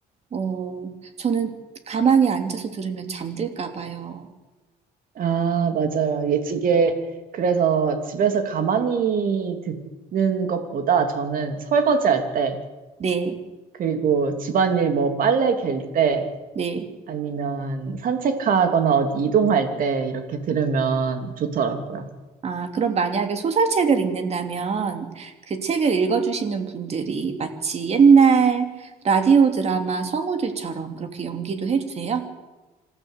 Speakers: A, on the right; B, on the right.
A: 어, 저는 가만히 앉아서 들으면 잠들까 봐요.
B: 아, 맞아요. 예, 이게, 그래서 집에서 가만히 듣는 것보다 저는 설거지 할 때,
A: 네,
B: 그리고 집안일 뭐 빨래 갤 때,
A: 네.
B: 아니면 산책하거나 어디 이동할 때 이렇게 들으면 좋더라고요.
A: 아, 그럼 만약에 소설책을 읽는다면 그 책을 읽어주시는 분들이 마치 옛날 라디오 드라마 성우들처럼 그렇게 연기도 해주세요?